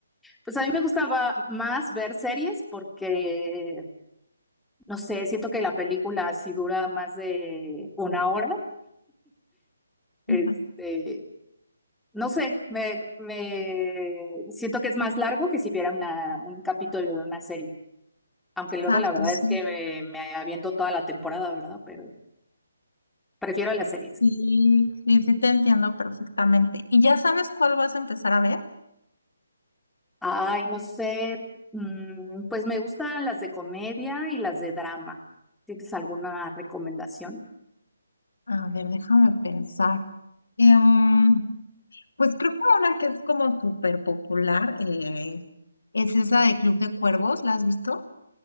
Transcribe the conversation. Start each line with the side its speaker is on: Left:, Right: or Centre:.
Centre: pues a mí me gustaba más ver series porque, no sé, siento que la película si dura más de una hora, este,
Left: Ujú,
Centre: no sé, me, me siento que es más largo que si viera una, un capítulo de una serie. Aunque luego
Left: Exacto,
Centre: la verdad
Left: sí.
Centre: es que me, me aviento toda la temporada, ¿verdad? Pero prefiero las series.
Left: Sí, sí, sí te entiendo perfectamente. ¿Y ya sabes cuál vas a empezar a ver?
Centre: Ay, no sé, mm, pues me gustan las de comedia y las de drama. ¿Tienes alguna recomendación?
Left: A ver, déjame pensar. Em, pues creo que una que es como súper popular eh, es esa de Club de Cuervos. ¿La has visto?